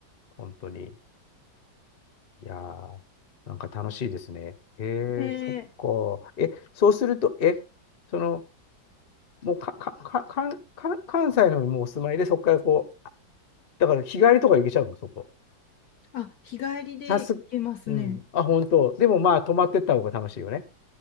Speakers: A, on the left; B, on the left.
A: 本当に。いやー、なんか楽しいですね。へえ、
B: ねえ。
A: そっか。え、そうすると、え、その、もうか、か、か、か、か関西のにもうお住まいで、そこからこう、だから日帰りとか行けちゃうの、そこ。
B: あ、日帰りで行けますね。
A: さす、うん。あ、本当。でもまあ、泊まってった方が楽しいよね。